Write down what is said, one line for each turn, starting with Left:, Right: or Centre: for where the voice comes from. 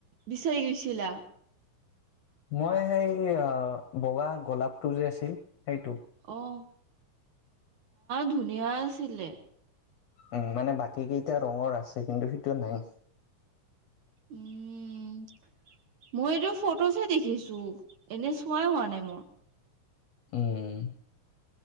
Right: বিচাৰি গৈছিলা?
Left: মই সেই বগা গোলাপটো আছিল সেইটো
Right: অ অ ধুনি ধুনিয়া আছিলে
Left: উ মানে বাকী কেইটা ৰঙৰ আছে কিন্তু সেইটো নাই
Right: উম মই এইটো ফটোছ হে দেখিছো চু এনে চোৱাই হোৱা নাই মোৰ
Left: উম